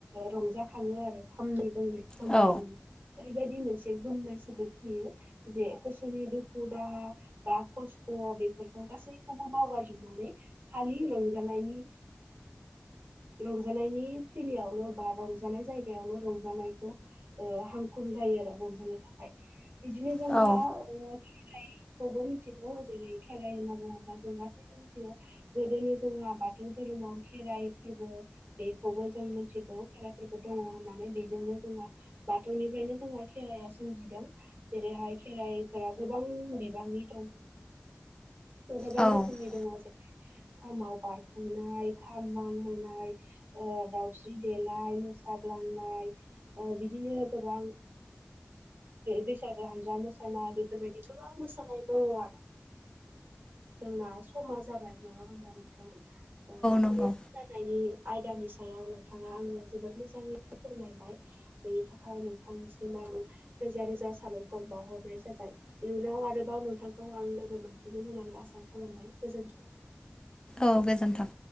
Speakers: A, on the right; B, on the left.
A: रंजाखाङो आरो खामनि गोमनाय गोमनायजों
B: औ
A: बेबायदि मोनसे गोमनाय सोदोब फैयो जे गोसोनि दुखु दाहा बा खस्थ' बेफोरखौ गासैखौबो बावगारजोबनानै खालि रंजानायनि रंजानायनि थिलियावल' बा रंजानाय जायगायावल' रंजानायखौ हांखुर जायो आरो रंजानो थाखाय बिदिनो जोंहा
B: औ
A: खेराइखौबो मिथिगौ जेरै खेराइ होनना बुङोब्ला जों गासै थि गोदोनि जोंहा बाथौ धोरोमाव खेराइ फोरबो बेखौबो जों मिथि खेराइफोरखौ दङ होननानै बेजोंनो जोंहा बाथौनिफ्रायनो जोंहा खेराइया सोमजिदों जेरैहाय खेराइफोरा गोबां बिबांनि दङ गोबां
B: औ
A: रोखोम दङ खामाव बारखोनाय खाम मानहोनाय दाउस्रि देलाय मोसा ग्लांनाय बिदिनो गोबां बैसागो हानजा मोसानाय बेफोरबायदि गोबां मोसानाय दङ आरो जोंना समा जाबाय नङा होमबा नोंथां
B: नंगौ
A: बे जानायनि आयदानि सायाव नोंथाङा आंनो जोबोद मोजाङै फोरमायबाय बेनि थाखाय नोंथांसिम आं रोजा रोजा साबायखर बावहरनाय जाबाय इयुनाव आरोबाव नोंथांखौ आं लोगो मोनफिनगोन होननानै आसा खालामबाय गोजोनथों
B: औ गोजोनथों